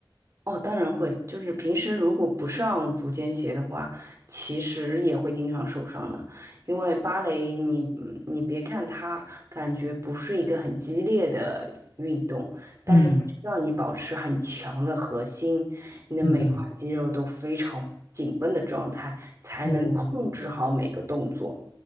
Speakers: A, on the right; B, on the left.
A: 哦，当然会，就是平时如果不上足尖鞋的话，其实也会经常受伤的。因为芭蕾你，嗯你别看它感觉不是一个很激烈的运动，但是它需要你保持很强的核心，
B: 嗯
A: 你的每块肌肉都非常紧绷的状态，
B: 嗯，
A: 才能控制好每个动作。
B: 哦